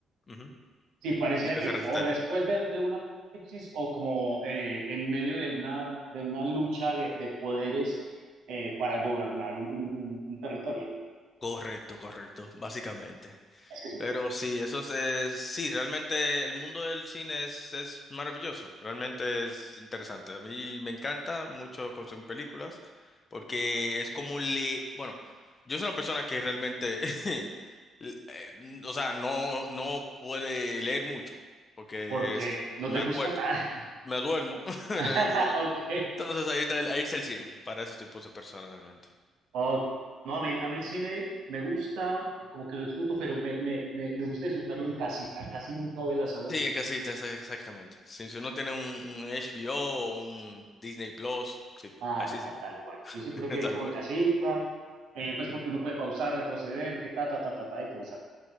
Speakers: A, on the left (about 35°); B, on the right (about 85°).
A: ujú,
B: Sí, pareciera
A: como que
B: que
A: se
B: es
A: resetea.
B: o después de, de un apocalipsis o como eh, en medio de una, de una lucha de, de poderes eh, para gobernar un, un- un- un territorio.
A: Correcto, correcto, básicamente.
B: Es que es muy
A: Pero
B: bueno.
A: sí, eso es, es- sí, realmente el mundo del cine es, es maravilloso, realmente es interesante. A mí me encanta mucho consumir películas, porque es como le, bueno, yo soy una persona que realmente <laughs> l- eh, o sea, no, no puede leer mucho, porque
B: Porque
A: es-
B: no
A: me
B: te
A: acuerdo,
B: gusta. <laughs>
A: me duermo. <laughs> realmente.
B: Ah, ok.
A: Entonces ahí está el, ahí está el cine, para esos tipos de personas realmente.
B: Ok. No, a mí, a mí el cine me gusta, como que lo disfruto, pero me, me, me, me gusta disfrutarlo en casita. Casi nunca voy a las salas
A: Sí,
B: de cine.
A: en casita, esa- exactamente. Si, si uno tiene un, un HBO o o un Disney Plus, sí,
B: Ajá,
A: así sí,
B: tal cual. Yo sí prefiero
A: <laughs> tal
B: como
A: cual.
B: en casita, eh, pues porque uno puede pausar, retroceder, que ta, ta, ta, ta, ta, y todo eso.